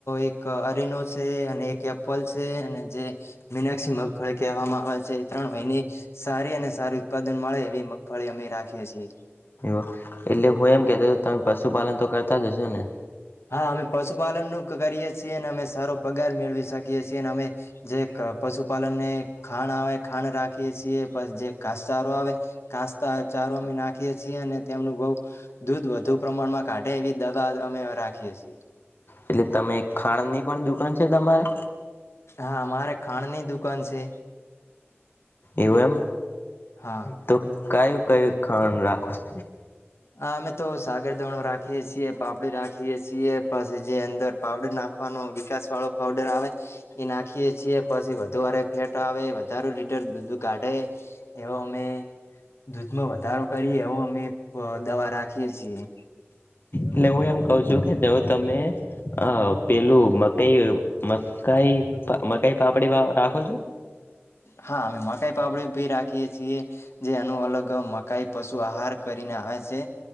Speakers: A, on the left; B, on the left.
A: એક અરીનો છે અને એક એપલ છે અને જે મીનેક્ષી મગફળી કહેવામાં જે ત્રણ હોયને સારી અને સારી ઉત્પાદન મળે એવી મગફળી અમે રાખીએ છીએ.
B: <inaudible> એટલે હું એમ કેતો તમે પશુપાલન તો કરતા જ હશો ને.
A: હા અમે પશુપાલન નું કરીએ છીએ અમે સારો પગાર મેળવી શકીએ છીએ અમે જે પશુપાલનને ખાંણ આવે ખાંણ રાખીએ છીએ પછી જે કાસચારો આવે કાસ ચારો અમે નાખીએ છીએ અને તેમનું બઉ દૂધ વધુ પ્રમાણમાં કાઢે એવી દવા અમે રાખીએ. <inaudible>
B: એટલે તમે ખાણ ની પણ દુકાન છે તમારે
A: હા અમારે ખાંડ ની દુકાન છે. તે
B: એમ
A: હા
B: તો કયું કયું ખંડ રાખો. <inaudible>
A: હ અમે તો સાગર ધણો રાખીએ છીએ પાપડી રાખીએ છીએ પછી જે અંદર પાવડર નાખવાનો વિકાસ વાળો પાવડર આવે એ નાખીએ છીએ પછી વધુરે ફેટ આવે વધાર લીટર દૂધ કાઢે એવો અમે દૂધમાં વધારો કરીએ એવું અમે દવા રાખીએ છીએ
B: એટલે હું એમ કઉ છું કે જ તમે આ પેલું મકાઈ મકાઈ મકાઈ પાપડી રાખો છો
A: હા અમે મકાઈ પાપડી ભી રાખીએ છીએ જે એનું અલગ મકાઈ પશુ આહાર કરીને આવે છે